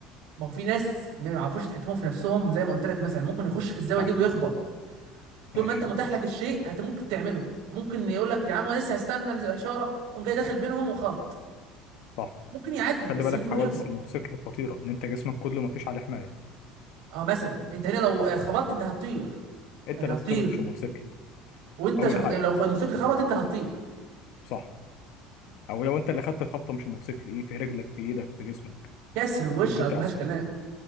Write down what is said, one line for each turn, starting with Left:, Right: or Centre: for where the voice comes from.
Right: ما هو في ناس ما يعرفوش يتحكموا في نفسهم زي ما قلت لك مثلا ممكن يخش في الزاويه
Left: صح
Right: دي ويخبط طول
Left: ماشي
Right: ما انت متاح لك الشيء هت ممكن تعمله ممكن يقول لك يا عم انا لسه هستنى الاشاره قوم جاي داخل بينهم وخابط
Left: صح
Right: ممكن يعدي
Left: خلي
Right: بس
Left: بالك
Right: ممكن
Left: حوادث
Right: يخبط
Left: الموتوسيكل خطيره ان انت جسمك كله مفيش عليه حمايه
Right: اه مثلا انت هنا لو آه، خبطت انت هتطير
Left: انت
Right: يعني
Left: اللي
Right: هتطير
Left: هتتخبط مش الموتوسيكل
Right: وانت
Left: اول
Right: شخص
Left: حاجه
Right: يعني لو الموتوسيكل خبط انت هتطير
Left: صح او لو انت اللي خدت الخبطه مش الموتوسيكل ايه في رجلك في ايدك في جسمك
Right: كسر وش
Left: ممكن
Right: على
Left: تحصل
Right: مفيهاش كلام